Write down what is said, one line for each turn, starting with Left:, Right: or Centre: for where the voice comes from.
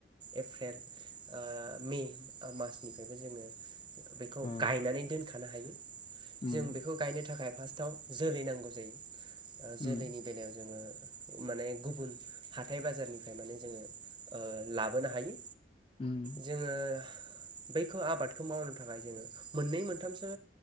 Right: एप्रेल ओ मे ओ मार्चनिफ्रायबो जोङो बेखौ
Left: औ
Right: गायनानै दोनखानो हायो
Left: उम
Right: जों बेखौ गायनो थाखाय फार्स्टआव जोलै नांगौ जायो ओ
Left: उम
Right: जोलैनि बेलायाव जोङो माने गुबुन हाथाय बाजारनिफ्राय माने जोङो ओ लाबोनो हायो।
Left: उम
Right: जोङो बैखौ आबादखौ मावनो थाखाय जोङो मोननै मोनथामसो